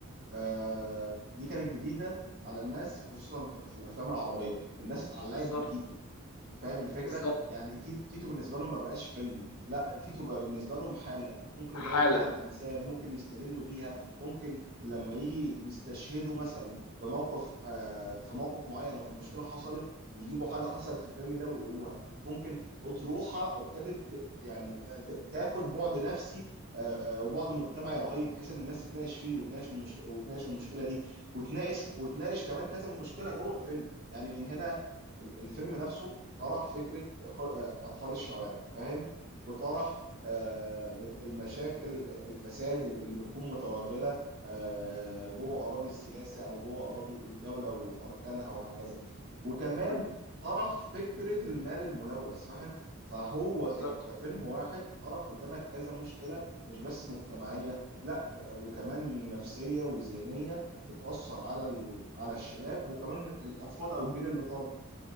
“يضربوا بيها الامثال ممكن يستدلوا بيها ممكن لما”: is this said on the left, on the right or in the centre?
Right